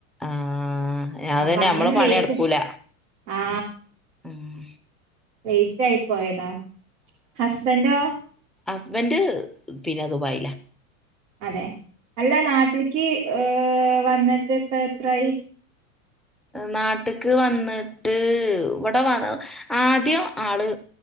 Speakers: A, in the centre; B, on the right (about 65°).
A: ആഹ് അതന്നെ
B: അപ്പൊ അങ്ങനെ
A: നമ്മളെ പണി
B: ലേറ്റ്
A: നടക്കൂല
B: ആ..
A: ഉം
B: ലൈറ്റ്ആയി പോയതാ ഹസ്ബൻഡോ
A: ഹസ്ബന്ഡ് പിന്നെ ദുബായില..
B: അതെ അല്ല നാട്ടിലേക്ക് ഏ വന്നിട്ട് ഇപ്പ എത്രായി
A: നാട്ട്ക്ക് വന്നിട്ട് ഇവിടെ വ ആദ്യം ആള്